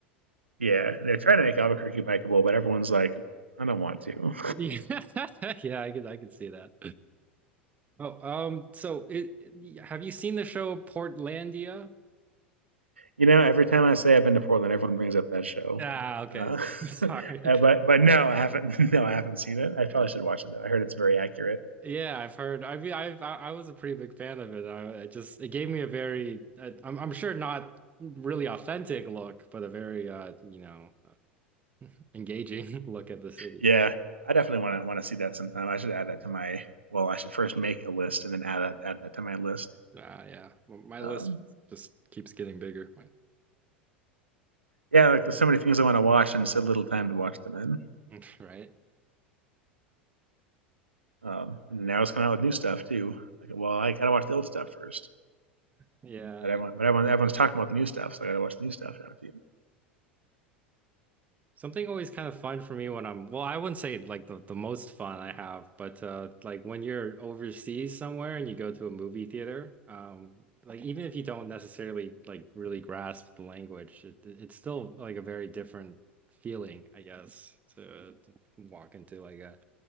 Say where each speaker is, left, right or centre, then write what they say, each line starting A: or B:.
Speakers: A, on the right; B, on the right.
A: Yeah, they're trying to make Albuquerque bikeable, but everyone's like, I don't want to.
B: Yeah, <laughs> yeah, I could I could see that. Oh, um, so it have you seen the show Portlandia?
A: You know, every time I say I've been to Portland, everyone brings up that show.
B: Ah, okay.
A: Uh,
B: <laughs>
A: <laughs>
B: Sorry.
A: but but no, I haven't. <laughs> No, I haven't seen it. I probably
B: <laughs>
A: should watch it though. I heard it's very accurate.
B: Yeah, I've heard. I mean, i I I was a pretty big fan of it. I, it just it gave me a very I, I'm I'm sure not really authentic look, but a very uh you know uh, engaging <laughs> look at the city.
A: Yeah, I definitely want to want to see that sometime. I should add that to my. Well, I should first make a list and then add that add that to my list.
B: Uh, yeah, my my list
A: Um,
B: just keeps getting bigger,
A: yeah, like there's so many things I want to watch and so little time to watch them in.
B: <laughs> right?
A: Um, and they always come out with new stuff too. Like, well, I gotta watch the old stuff first.
B: Yeah.
A: But everyone, but everyone, everyone's talking about the new stuff, so I got to watch the new stuff now too.
B: Something always kind of fun for me when I'm, well, I wouldn't say like the, the most fun I have, but uh, like when you're overseas somewhere and you go to a movie theater, um, like even if you don't necessarily like really grasp the language, it, it's still like a very different feeling, I guess, to, to walk into like a